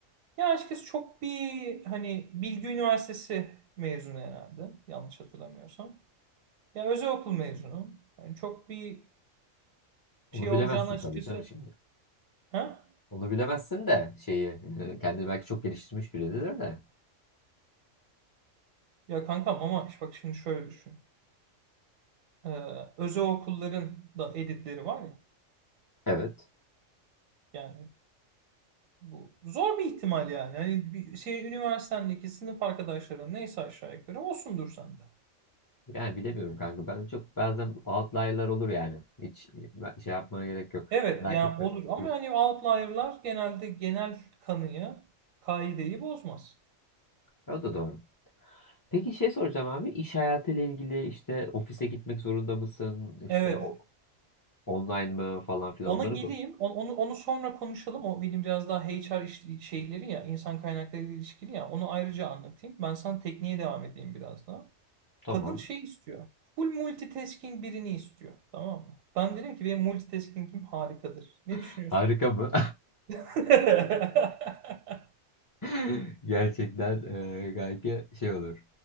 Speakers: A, on the right (about 85°); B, on the left (about 25°).
A: Ya açıkçası çok bir hani Bilgi Üniversitesi mezunu herhalde yanlış hatırlamıyorsam. Ya özel okul mezunu. Yani çok bir
B: Onu
A: şey
B: bilemezsin
A: olacağını açıkçası.
B: tabii canım şimdi.
A: Ha?
B: Onu bilemezsin de şeyi yani kendini belki çok geliştirmiş biridir de.
A: Ya kankam ama işte bak şimdi şöyle düşün. Ee, özel okulların da editleri var ya.
B: Evet.
A: Yani bu zor bir ihtimal yani. Hani bir şey üniversitendeki sınıf arkadaşların neyse aşağı yukarı olsundur sende.
B: Yani bilemiyorum kanka. Ben çok bazen outlier'lar olur yani. Hiç ben- şey yapmana gerek yok.
A: Evet
B: Merak
A: yani
B: etme.
A: olur
B: Olabilir.
A: ama hani outlier'lar genelde genel kanıyı, kaideyi bozmaz.
B: O da doğru. Peki şey soracağım abi. İş hayatıyla ilgili işte ofise gitmek zorunda mısın? İşte
A: Evet
B: o, Online mı falan filan
A: Ona
B: onları
A: geleyim.
B: konuş.
A: Onu, onu, onu sonra konuşalım. O benim biraz daha HR iş- şeyleri ya, insan kaynakları ile ilişkili ya. Onu ayrıca anlatayım. Ben sana tekniğe devam edeyim biraz daha.
B: Tamam.
A: Kadın şey istiyor. Full multitasking birini istiyor. Tamam mı? Ben dedim ki benim multitasking'im harikadır. Ne düşünüyorsun?
B: <laughs> Harika mı?
A: <laughs>
B: <laughs> Gerçekten e, gayet şey olur.